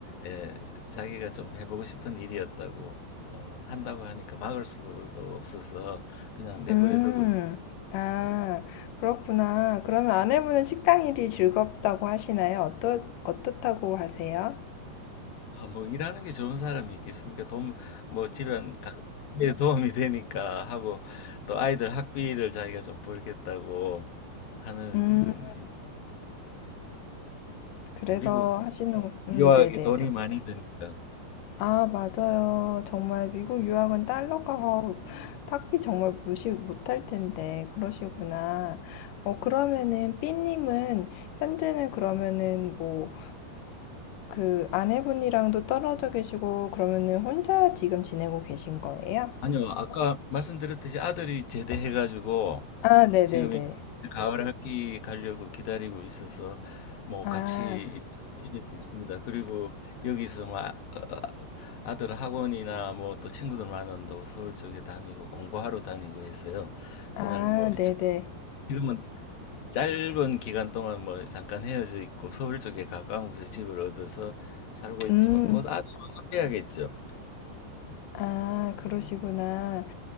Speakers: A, on the left; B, on the left.
A: 예, 자기가 좀 해보고 싶은 일이었다고 어, 한다고 하니까 막을 수도 없어서 그냥 내버려두고
B: 음,
A: 있어요.
B: 아, 그렇구나. 그러면 아내분은 식당 일이 즐겁다고 하시나요? 어떠, 어떻다고 하세요?
A: 아, 뭐 일하는 게 좋은 사람이 있겠습니까? 돈, 뭐 집안 가에 도움이 되니까 하고 또 아이들 학비를 자기가 좀 벌겠다고 하는
B: 음, 그래서
A: 예, 미국
B: 하시는군. 음,
A: 유학이
B: 네네네.
A: 돈이 많이 드니까.
B: 아, 맞아요. 정말 미국 유학은 달러 가서 학비 정말 무시 못할 텐데, 그러시구나. 어, 그러면은, 삐님은, 현재는 그러면은, 뭐, 그, 아내분이랑도 떨어져 계시고, 그러면은 혼자 지금 지내고 계신 거예요?
A: 아니요, 아까 말씀드렸듯이 아들이 제대해가지고
B: 아, 네네네.
A: 지금 이 가을 학기 가려고 기다리고 있어서 뭐
B: 아,
A: 같이 다닐 수 있습니다. 그리고 여기서 뭐 아, 아- 아들 학원이나 뭐 또 친구들 만난다고 서울 쪽에 다니고 공부하러 다니고 해서요.
B: 아,
A: 그냥 뭐 이쪽
B: 네네.
A: 지금은 짧은 기간 동안 뭐 잠깐 헤어져 있고 서울 쪽에 가까운 곳에 집을 얻어서 살고 있지만
B: 음,
A: 곧 아들 해야겠죠.
B: 아, 그러시구나.